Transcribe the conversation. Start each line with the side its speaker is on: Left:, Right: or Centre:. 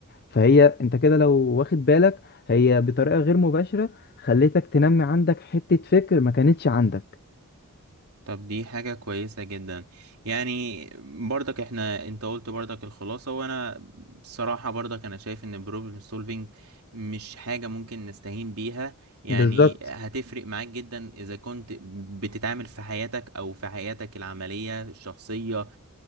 Left: فهي انت كده لو واخد بالك هي بطريقة غير مباشرة خليتك تنمي عندك حتة فكر ما كانتش عندك
Right: طب دي حاجة كويسة جدا يعني برضك احنا انت قلت برضك الخلاصة وانا بصراحة برضك انا شايف ان problem solving مش حاجة ممكن نستهين بيها يعني
Left: بالظبط
Right: هتفرق معاك جدا اذا كنت بتتعامل في حياتك او في حياتك العملية الشخصية